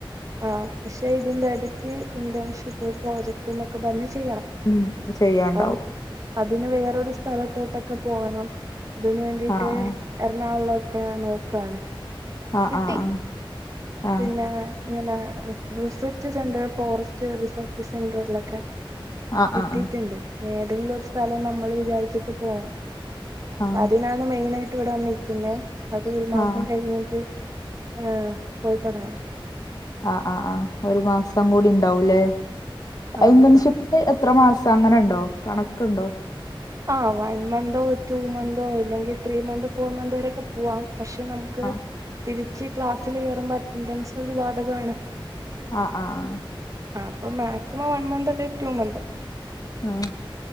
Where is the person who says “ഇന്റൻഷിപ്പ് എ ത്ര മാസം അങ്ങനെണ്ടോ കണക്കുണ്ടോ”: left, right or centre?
Left